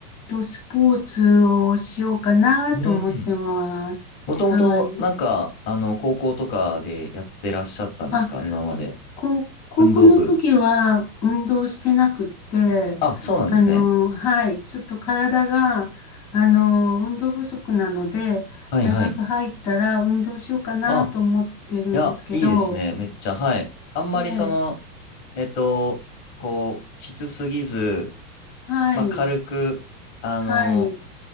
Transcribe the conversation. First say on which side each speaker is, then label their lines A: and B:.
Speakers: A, on the left (about 15°); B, on the left (about 35°).
A: と、スポーツをしようかなと思ってます。
B: うん。もともとなんか、
A: はい。
B: あの、高校とかでやってらっしゃったんですか今まで。
A: あ、こう高校の時は運動してなくって、
B: 運動部。あ、そうなんですね。
A: あの、はい、ちょっと体が、あの、運動不足なので、
B: はいはい。
A: 大学入ったら運動しようかなと思ってるんですけど、
B: あ、いや、いいですね。めっちゃ、はい。あんまりその、
A: ええ
B: えっと、こう、きつすぎず、
A: はい。
B: まあ、軽く、あの、
A: はい。